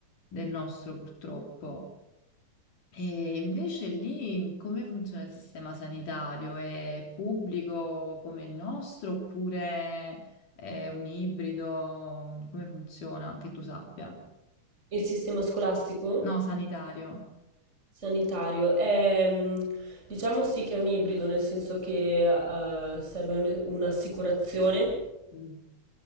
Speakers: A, on the left; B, on the right.
A: del nostro, purtroppo. E invece lì come funziona il sistema sanitario? È pubblico come il nostro oppure è un ibrido? Come funziona? Che tu sappia.
B: Il sistema scolastico?
A: No, sanitario.
B: Sanitario, è, mm, diciamo sì che è un ibrido, nel senso che eh, serve un- un'assicurazione
A: Mm.